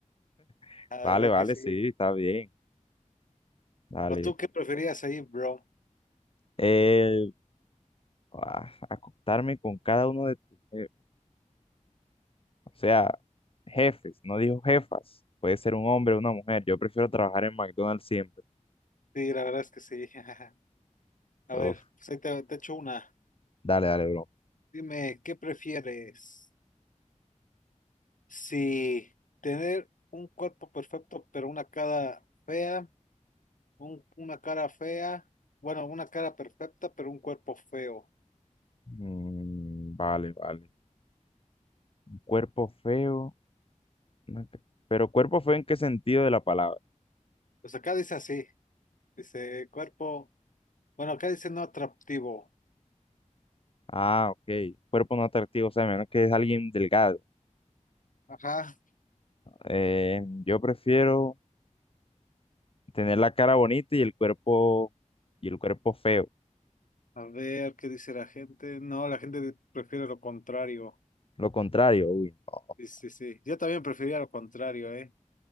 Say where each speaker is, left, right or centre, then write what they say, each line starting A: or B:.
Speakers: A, on the left (about 45°); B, on the left (about 85°).
A: <laughs>
B: La
A: vale,
B: verdad
A: vale,
B: que sí.
A: sí, está bien, vale.
B: ¿O tú qué preferías ahí, bro?
A: Eh, ah, acostarme con cada uno de tus jefes, o sea, jefes, no dijo jefas, puede ser un hombre o una mujer, yo prefiero trabajar en McDonald's siempre.
B: Sí, la verdad es que sí. <laughs> A ver,
A: Uf,
B: pues ahí te, te echo una.
A: dale, dale, bro.
B: Dime, ¿qué prefieres? Si tener un cuerpo perfecto, pero una cara fea. Un- una cara fea, bueno, una cara perfecta, pero un cuerpo feo.
A: Mm, vale, vale. Cuerpo feo. no atrac- Pero cuerpo feo en qué sentido de la palabra.
B: Pues acá dice así, dice cuerpo, bueno, acá dice no atractivo.
A: Ah, ok. Cuerpo no atractivo, o sea, menos que es alguien delgado.
B: Ajá,
A: Eh, yo prefiero tener la cara bonita y el cuerpo y el cuerpo feo.
B: a ver qué dice la gente. No, la gente prefiere lo contrario.
A: Lo contrario, uy. no.
B: Sí, sí, sí. Yo también prefería lo contrario, ¿eh?